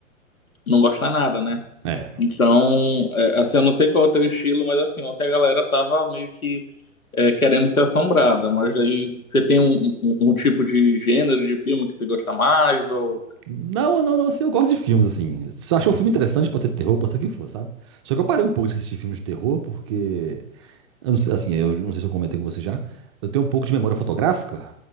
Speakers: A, on the left; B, on the right.
A: não gosta nada, né?
B: É.
A: Então, é, assim, eu não sei qual é o teu estilo, mas assim, ontem a galera tava meio que é, querendo ser assombrada, mas aí você tem um, um- um tipo de gênero de filme que você gosta mais, ou...
B: Não, não, não, assim, eu gosto de filmes, assim. Se você achou um filme interessante, pode ser terror, pode ser o que for, sabe? Só que eu parei um pouco de assistir filmes de terror, porque... eu não sei- assim, eu não sei se eu comentei com você já, eu tenho um pouco de memória fotográfica,